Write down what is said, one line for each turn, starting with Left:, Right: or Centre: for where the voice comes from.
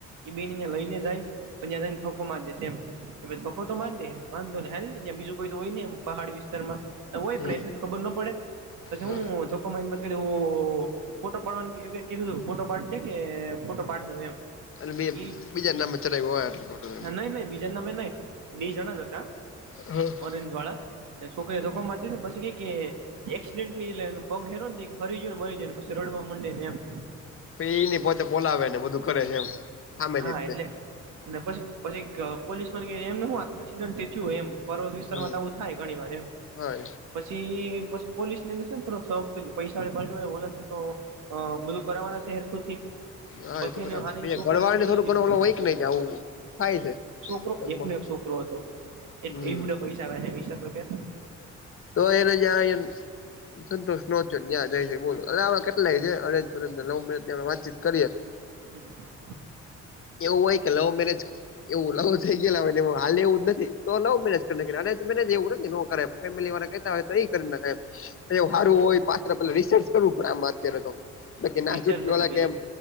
Right: એ બે ને લઈને જઈશ પણ ત્યાને ધકો માર દેશે એમ. પછી ધકો માર દે વાંધો નહીં હાલને બીજું કોઈ તો હોય નહીં પહાડી વિસ્તારમાં. હોય
Left: હમ
Right: પણ એટલી તો ખબર ના પડે પછી
Left: હા
Right: હું ધકો મારી ઓ ઓ ફોટો પાડવાનું એવું કઈ કીધું ફોટો પાડી દે કે ફોટો પાડી દઉ એમ.
Left: એટલે બે
Right: એ
Left: બીજા નામે ચલાવ્યું હોય એટલે ટોટલ એને
Right: નહીં નહીં બીજાના મે નહીં બે જણા જ હતા
Left: <unintelligible>
Right: ઓરેન્જવાળા છોકરીએ ધકો મારીદેને પછી કે, કે એક્સિડેન્ટલીને પગ હેરો ફરી ગયો ને મરી ગયોને પછી રડવા મડે ને એમ.
Left: પે એને પોતે બોલાવે ને બધું કરે છે, એમ. હામેથી
Right: હા,
Left: જ તે
Right: એટલે ને પછી પછી અ પોલીસમાં એમ શું વાકે એસિડન્ટ થયું એમ. પર અ વિસ્તારમાં
Left: હમ
Right: તો આવું થાય ઘણીવાર એમ.
Left: હા
Right: પછી પછી પોલીસ ને લશે ને થોડક સર્વ કરીને પૈસા હે વાટવા વોલાસે બોલાતો અ બધું કરવાના છે, હેરખુથી.
Left: હા
Right: પછી
Left: એ તો કદાચ
Right: એને આની
Left: બે
Right: છોકરી
Left: છો. મળવાને
Right: નાખી
Left: થોડું
Right: હિસ્ટ્રી
Left: ઘણું હોય કે નહીં કે જાવું થાય
Right: હમ
Left: છે,
Right: છોકરો
Left: ઘરમાં
Right: એકનો એક છોકરો હતો એ
Left: હમ
Right: એવડા પૈસા વાગે હે વિચાર તો કર.
Left: તો એને જ્યાં એમ સંતોષ નો થયો નયા ત્યાં જઈશ બોલ હરે આવા કેટલા લઈ દે એરેન્જ મેરેજ લવ મેરેજની વાતચીત કરીએે.
Right: હું <inaudible>
Left: એવું હોય કે લવ મેરેજ એવું લવું થઈ ગયેલા હોય એવું હાલે એવું નથી તો લવ મેરેજ કરી નાખી અરજ મેરેજ એવું નથી નો કરાય. ફેમિલી વારા કેતા હોય તો એ કરી નાખાય એમ. એ
Right: હમ
Left: હારું હોય પાત્ર પેલુ રિસર્ચ કરવું પડે આમ વાત કરે તો કેના
Right: વિચાર
Left: ચોટકી
Right: તો
Left: વાળા
Right: કર્યો
Left: કે એમ.